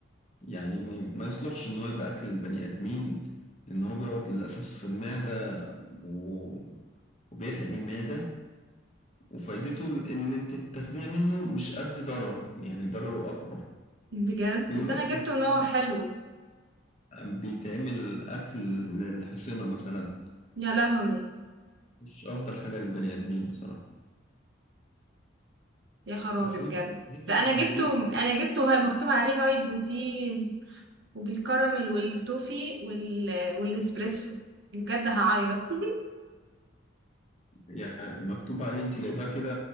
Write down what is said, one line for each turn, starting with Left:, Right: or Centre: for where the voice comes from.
Left: يعني ما ما يصلحش ان هو يبقى اكل البني ادمين لان هو بيقعد للاسف في المعده و... وبيتعب المعده وفايدته اللي انت بتاخديها منه مش قد ضرره يعني ضرره اكبر
Right: بجد
Left: بيقول
Right: بس انا
Left: اصلا
Right: جبته ان هو
Left: هو
Right: حلو
Left: بيتعمل اكل للحصينه مثلا
Right: يا لهوي
Left: مش افضل حاجه للبني ادمين بصراحه
Right: يا خرابي
Left: بس
Right: بجد
Left: هم هم بيحبوه.
Right: ده انا جبته انا جبته هاي مكتوب عليه هاي بروتين وبالكراميل والتوفي وال... والاسبريسو بجد هعيط <laughs>
Left: يعني مكتوب عليه انت جايباه كده